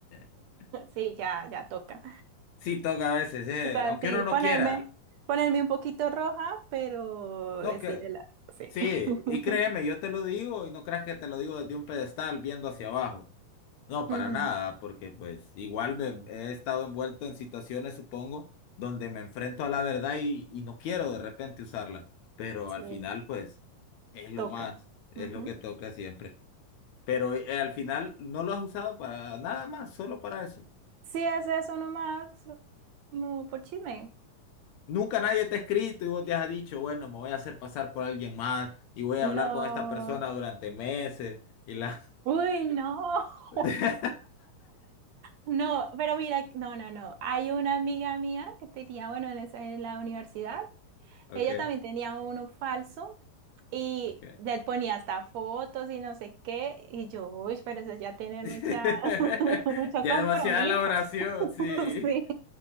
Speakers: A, on the left; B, on the right.
A: <laughs>
B: Sí, ya, ya toca.
A: Sí, toca a veces, eh,
B: O sea,
A: aunque
B: sí,
A: uno no
B: ponerme,
A: quiera.
B: ponerme un poquito roja, pero
A: No,
B: decirle
A: que
B: la, sí.
A: sí,
B: <laughs>
A: y créeme, yo te lo digo y no creas que te lo digo desde un pedestal viendo hacia abajo. No, para
B: Ujú,
A: nada, porque pues igual me- he estado envuelto en situaciones, supongo, donde me enfrento a la verdad y, y no quiero de repente usarla, pero
B: Sí,
A: al final pues es lo
B: toca.
A: más, es
B: Ujú.
A: lo que toca siempre. Pero eh, al final no lo has usado para nada más, solo para eso.
B: Sí, ese es uno más, como por chisme.
A: Nunca nadie te ha escrito y vos te has dicho, bueno, me voy a hacer pasar por alguien más y voy a hablar
B: No.
A: con esta persona durante meses y la...
B: Uy, no.
A: <laughs>
B: <laughs> No, pero mira, no, no, no. Hay una amiga mía que tenía, bueno, en, esa- en la universidad,
A: Ok,
B: ella también tenía uno falso y
A: ok.
B: le ponía hasta fotos y no sé qué. Y yo, uy, pero eso es ya tener
A: <laughs>
B: mucha, <laughs> mucho
A: Ya
B: compromiso.
A: demasiada elaboración,
B: <laughs>
A: sí.
B: Sí.